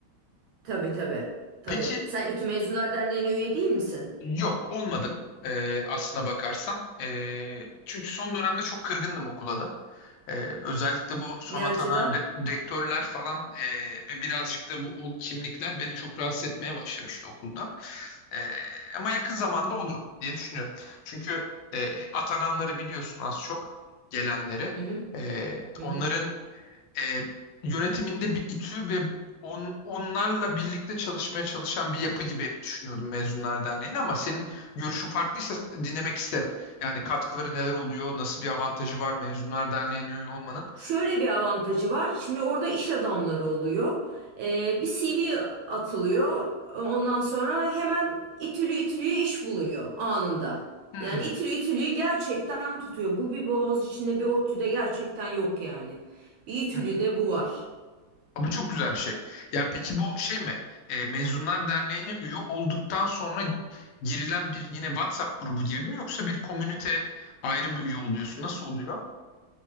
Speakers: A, on the right; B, on the left.
A: Tabii tabii tabii.
B: Peki
A: Sen İTÜ Mezunlar Derneği'ne üye değil misin?
B: yok olmadım e, aslına bakarsan. E, çünkü son dönemde çok kırgındım okula da. E, özellikle bu son
A: Ne
B: atanan
A: açıdan?
B: re- rektörler falan e, ve birazcık da bu ulk kimlikler beni çok rahatsız etmeye başlamıştı okulda. Ee, ama yakın zamanda olurum diye düşünüyorum. Çünkü e, atananları biliyorsun az çok gelenleri.
A: Hı hı.
B: Ee,
A: Hı
B: onların
A: hı.
B: e, yönetiminde bir İTÜ ve on, onlarla birlikte çalışmaya çalışan bir yapı gibi hep düşünüyordum Mezunlar Derneği'ni ama senin görüşün farklıysa dinlemek isterim. Yani katkıları neler oluyor, nasıl bir avantajı var Mezunlar Derneği'ne üye olmanın?
A: Şöyle bir avantajı var. Şimdi orada iş adamları oluyor. Ee, bir CV atılıyor. Ondan sonra hemen itülü itülüye iş buluyor anında.
B: Hmm.
A: Yani itülü itülüyü gerçekten tutuyor. Bu bir boğaz içinde bir ODTÜ'de gerçekten yok yani. Bir itülüde
B: <laughs>
A: bu var.
B: Bu çok güzel bir şey. Ya peki bu şey mi? E, Mezunlar Derneği'ne üye olduktan sonra girilen bir yine WhatsApp grubu gibi mi yoksa bir komünite ayrı mı üye oluyorsun? Nasıl oluyor?